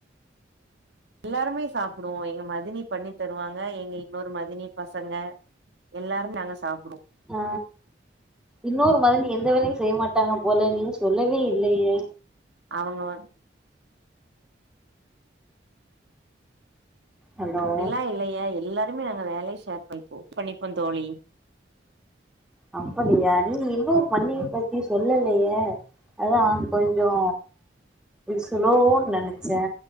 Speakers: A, on the right; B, in the centre.
A: எல்லாருமே சாப்புடுவோ எங்க மதினி பண்ணி தருவாங்க எங்க இன்னொரு மதினி பசங்க எல்லாருமே நாங்க சாப்புடுவோ
B: ஆ இன்னொரு மதினி எந்த வேலையு செய்ய மாட்டாங்க போல நீங்க சொல்லவே இல்லயே
A: அவங்க வந்
B: ஹலோ
A: அப்டில்லா இல்லயே எல்லா ருமே எங்க வேலைய ஷேர் பண்ணிப்போ பண்ணிப்போ தோழி
B: அப்படியா நீங்க இன்னொரு மன்னிய பத்தி சொல்லலயே அதா அவுங் கொஞ்சோ ஸ்லோவோன் நெனச்சே